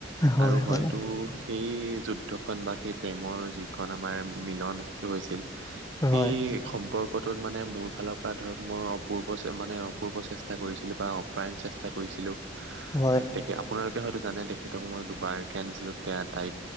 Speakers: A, on the left (about 20°); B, on the right (about 80°).
A: হয়
B: আৰু হয়তো
A: হয়
B: সেই যুদ্ধখন বা সেই প্ৰেমৰ যিখন আমাৰ মিলন আ হৈছিল সেই
A: হয়
B: সম্পৰ্কটোত মানে মোৰ ফালৰ পৰা ধৰক মই পূৰ্ব মানে অপূৰ্ব চেষ্টা কৰিছিলোঁ বা অপ্ৰায়ণ চেষ্টা কৰিছিলোঁ
A: হয় হয়
B: তেকে আপোনালোকে হয়তো জানে তেখেতক মই দুবাৰকে আনিছিলোঁ তে তাইক।